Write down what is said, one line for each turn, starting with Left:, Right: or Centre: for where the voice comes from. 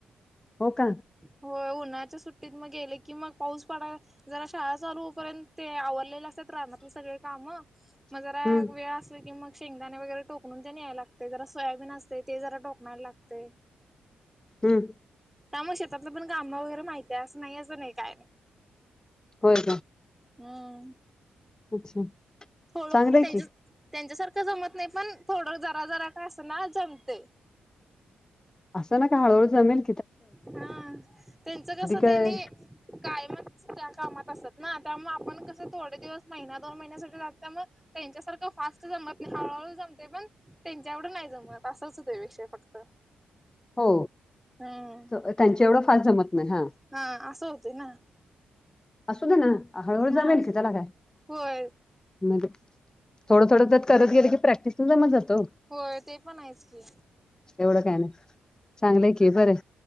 Left: हो का.
Centre: होय उन्हाच्या सुट्टीत मग गेले की मग पाऊस पडाय जरा शाळा चालू होऊपर्यंत ते आवरलेले असतात रानाले सगळे काम मग जरा
Left: हम्म
Centre: वेळ असल की मग शेंगदाणे वगैरे टोकणून ते यायला लागते जरा सोयाबीन असते ते जरा टोकनायला लागतय.
Left: हम्म.
Centre: त्यामुळ शेतातलं पण काम वगैरे माहतीय असं नाही असं नाही काय.
Left: होय.
Centre: हम्म
Left: अच्छा
Centre: थोडं
Left: चांगलंय
Centre: त्यांच्या
Left: की
Centre: त्यांच्यासारखं जमत नाही पण थोडं जरा जरा का असं ना जमते.
Left: असं ना का हळूळ जमीन
Centre: हा त्यांचं कस
Left: काय
Centre: त्यांनी कायमच त्या कामात असत ना त्यामु आपण कसं थोडे दिवस महिना दोन महिन्यासाठी त्या मग त्यांच्यासारखं फास्ट जत हळूहळू जमते पण त्यांच्याकड नाही जमत असंच होतंपेक्षा फक्त
Left: हो
Centre: हम्म.
Left: त्यांच्या एवढं फास जमत नाही हा
Centre: हा असं होतय ना
Left: असू दे ना हळूहळू
Centre: हा
Left: जमेल की त्याला काय
Centre: होय
Left: मग थोडं थोडं तरत करत गेलं की प्रॅक्टिस न जमा जातो
Centre: होय ते पण आहेच की.
Left: एवढं काय नाही चांगलंय की बर